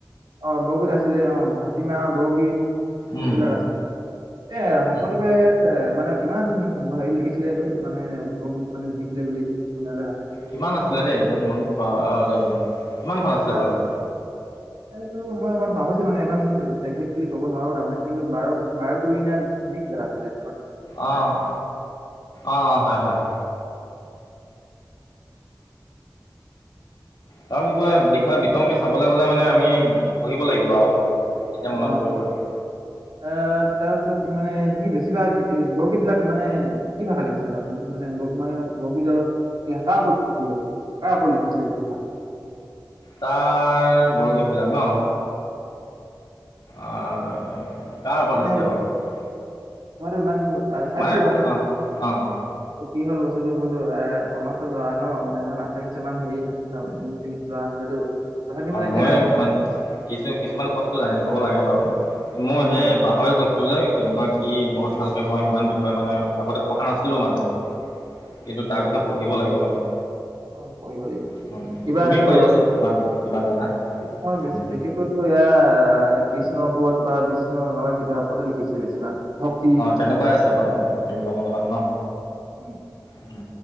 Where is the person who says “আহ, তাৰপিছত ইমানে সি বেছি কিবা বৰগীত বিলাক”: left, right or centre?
Right